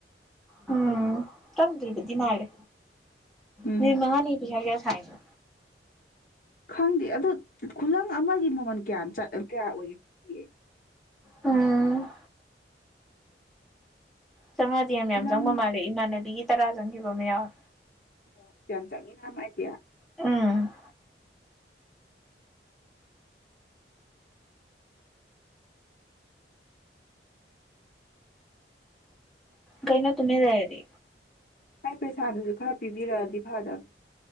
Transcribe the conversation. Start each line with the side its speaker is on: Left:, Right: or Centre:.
Centre: ꯎꯝ ꯆꯪ ꯗꯔꯤꯕꯗꯤ ꯃꯥꯂꯦ
Left: ꯎꯝ
Centre: ꯃꯤ ꯃꯥꯅꯤ ꯄꯩꯁꯥ ꯀꯌꯥ ꯁꯥꯏꯅꯣ
Left: ꯈꯪꯗꯦ ꯑꯗꯣ ꯈꯨꯂꯪ ꯑꯃꯒꯤ ꯃꯃꯜ ꯀꯌꯥꯝ ꯆ ꯀꯌꯥ ꯑꯣꯏꯒꯦ ꯈꯪꯒꯦ
Centre: ꯎꯝ ꯆꯪꯉꯗꯤ ꯌꯥꯝ
Left: ꯈꯨꯂꯪ
Centre: ꯌꯥꯝ ꯆꯪꯕ ꯃꯥꯜꯂꯦ ꯏꯃꯥꯟꯅꯕꯤꯒꯤ ꯇꯔꯥ ꯆꯪꯈꯤꯕ ꯑꯃ ꯌꯥꯎꯋꯦ
Left: ꯑꯣ ꯌꯥꯝ ꯆꯪꯉꯤꯅ ꯃꯥꯏꯗꯤ
Centre: ꯎꯝ ꯀꯩꯅ ꯇꯨꯃꯤꯟ ꯂꯩꯔꯗꯤ
Left: ꯃꯥꯏ ꯄꯩꯁꯥꯗꯨꯁꯨ ꯈꯔ ꯄꯤꯕꯤꯔꯛꯑꯗꯤ ꯐꯗꯝ